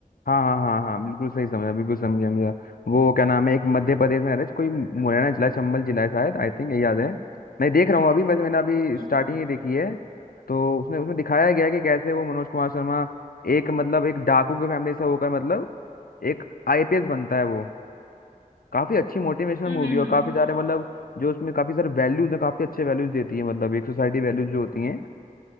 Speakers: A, on the left; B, on the right.
A: हाँ हाँ हाँ हाँ बिल्कुल सही समझा बिल्कुल समझा समझा वो क्या नाम है एक मध्य प्रदेश में आ रहा है कोई मुरैना जिला चंबल जिला है शायद आई थिंक यही याद है मैं देख रहा हूँ अभी बस मैंने अभी स्टार्टिंग
B: हम्म
A: ही देखी है तो उसमें उसमें दिखाया गया है कि कैसे वो मनोज कुमार शर्मा एक मतलब एक डाकू के फैमिली से होकर मतलब एक आईपीएस बनता है वो काफी अच्छी मोटिवेशनल
B: हम्म
A: मूवी
B: हम्म,
A: है और
B: हम्म।
A: काफी सारे मतलब जो उसमें काफी सारे वैल्यूज है काफी अच्छे वैल्यूज देती है मतलब एक सोसाइटी वैल्यूज जो होती हैं